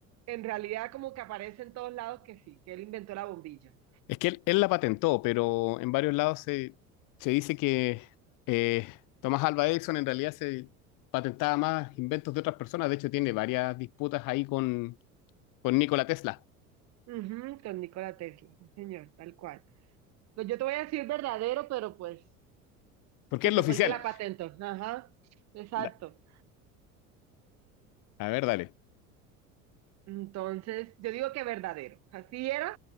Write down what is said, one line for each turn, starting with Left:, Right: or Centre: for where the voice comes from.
Right: en realidad como que aparece en todos lados que sí, que él inventó la bombilla.
Left: Es que él, él la patentó, pero en varios lados se, se dice que eh, Tomás Alva Edison en realidad se patentaba más inventos de otras personas. De hecho, tiene varias disputas ahí con, con Nikola Tesla,
Right: Ujú, con Nikola Tesla, sí, señor, tal cual. Pues yo te voy a decir verdadero, pero pues,
Left: porque
Right: porque
Left: es lo oficial.
Right: fue el que la patentó. Ajá, exacto.
Left: Da- A ver, dale.
Right: Entonces, yo digo que verdadero. ¿Así era?